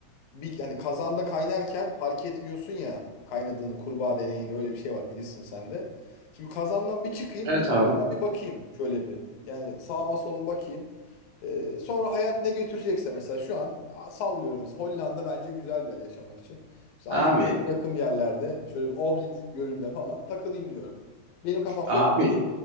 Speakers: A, on the left; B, on the right.
A: bir yani kazanda kaynarken fark etmiyorsun ya kaynadığını kurbağa deneyinde öyle bir şey var bilirsin sen de. Şimdi kazandan bir çıkayım
B: Evet
A: bir yukarıdan
B: abi.
A: bir bakayım şöyle bir. Yani sağıma soluma bakayım. Ee, sonra hayat ne götürecekse mesela şu an a- sallıyorum mesela Hollanda bence güzel bir yer yaşamak için. İşte Amsterdam'a
B: Abi,
A: yakın yerlerde şöyle bir Ohrid Gölü'nde falan takılayım diyorum. Benim kafamda
B: abi
A: bu.